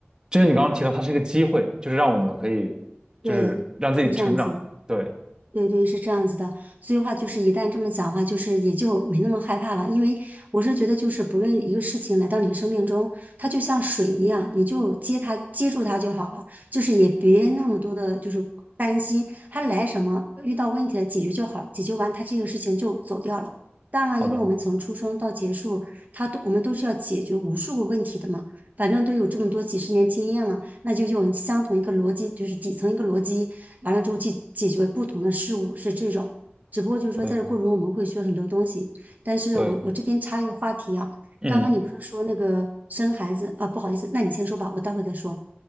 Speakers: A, on the right (about 20°); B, on the right (about 45°).
A: 就是你刚刚提到，他是一个机会，就是让我们可以，
B: 对，
A: 就是让自己成长。
B: 是这样子。
A: 对，
B: 对对，是这样子的，所以话就是一旦这么讲的话，就是也就没那么害怕了，因为我是觉得就是不论一个事情来到你生命中，它就像水一样，你就接它接住它就好了，就是也别那么多的就是担心它来什么，遇到问题了解决就好，解决完它这个事情就走掉了。当然了，
A: 好的，
B: 因为我们从出生到结束，它都我们都是要解决无数个问题的嘛，反正都有这么多几十年经验了，那就用相同一个逻辑，就是底层一个逻辑。完了之后去解决不同的事物，是这种。只不过就是说，
A: 对
B: 在这过程中我们会学很多东西。但是我我这边插一个话题啊，
A: 对，嗯。
B: 刚刚你不是说那个生孩子啊？不好意思，那你先说吧，我待会再说。